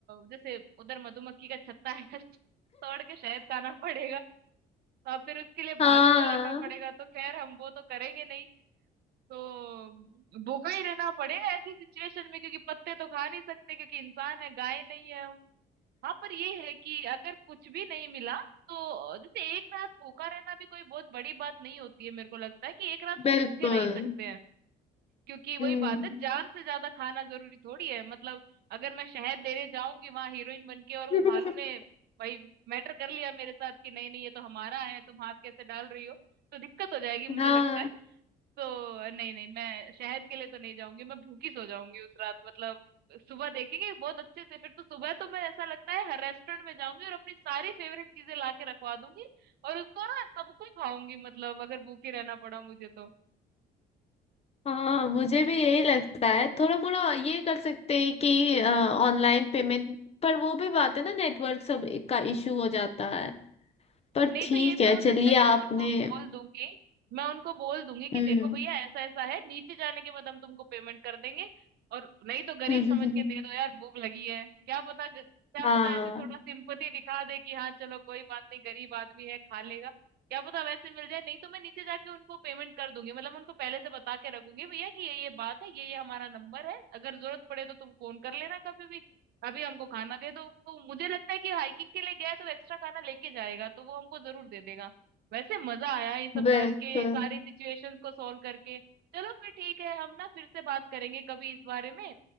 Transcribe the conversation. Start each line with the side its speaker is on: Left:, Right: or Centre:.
Right: जैसे उधर मधुमक्खी का छत्ता है <laughs> तोड़ के शहद खाना पड़ेगा और फिर उसके लिए
Left: हाँ
Right: भालू से लड़ना पड़ेगा तो खैर हम वो तो करेंगे नहीं तो भूखा ही रहना पड़ेगा ऐसी सिचुएशन में क्योंकि पत्ते तो खा नहीं सकते क्योंकि इंसान है गाय नहीं है हाँ पर ये है कि अगर कुछ भी नहीं मिला तो जैसे एक रात भूखा रहना भी कोई बहुत बड़ी बात नहीं होती है मेरे को लगता है कि एक रात तो
Left: बिल्कुल
Right: हम भूखे रह ही सकते हैं क्योंकि वही
Left: हम्म
Right: बात है जान से ज्यादा खाना जरूरी थोड़ी है मतलब अगर मैं शहद लेने जाऊंगी वहां हीरोइन बन के और वो
Left: <laughs>
Right: भालू ने भाई मैटर कर लिया मेरे साथ कि नहीं नहीं ये तो हमारा है तुम हाथ कैसे डाल रही हो तो दिक्कत हो जाएगी मुझे
Left: हाँ
Right: लगता है तो नहीं नहीं मैं शहद के लिए तो नहीं जाऊंगी मैं भूखी सो जाऊंगी उस रात मतलब सुबह देखेंगे बहुत अच्छे से फिर तो सुबह तो मैं ऐसा लगता है हर रेस्टोरेंट में जाऊंगी और अपनी सारी फेवरेट चीजें ला के रखवा दूंगी और उसको ना सबको खाऊंगी मतलब अगर भूखी रहना पड़ा मुझे तो
Left: हाँ मुझे भी यही लगता है थोड़ा मोड़ा ये कर सकते हैं कि ऑनलाइन पेमेंट पर वो भी बात है ना नेटवर्क सब का इशू हो जाता है पर
Right: नहीं
Left: ठीक
Right: तो ये भी
Left: है
Right: हो सकता
Left: चलिए
Right: है कि
Left: आपने
Right: मैं उनको बोल दूंगी मैं उनको बोल दूंगी कि
Left: हम्म
Right: देखो भैया ऐसा ऐसा है नीचे जाने के बाद हम तुमको पेमेंट कर देंगे और नहीं तो गरीब
Left: <laughs>
Right: समझ के दे दो यार भूख लगी है क्या पता क्या
Left: हाँ
Right: पता ऐसे थोड़ा सिंपथी दिखा दे कि हाँ चलो कोई बात नहीं गरीब आदमी है खा लेगा क्या पता वैसे मिल जाए नहीं तो मैं नीचे जाके उनको पेमेंट कर दूंगी मतलब मैं उनको पहले से बता के रखूंगी भैया कि ये ये बात है ये ये हमारा नंबर है अगर जरूरत पड़े तो तुम फोन कर लेना कभी भी अभी हमको खाना दे दो तो मुझे लगता है कि हाइकिंग के लिए गया है तो एक्स्ट्रा खाना लेके जाएगा तो वो हमको जरूर दे देगा वैसे मजा आया ये सब
Left: बिल्कुल
Right: जान के सारी सिचुएशंस को सॉल्व करके चलो फिर ठीक है हम ना फिर से बात करेंगे कभी इस बारे में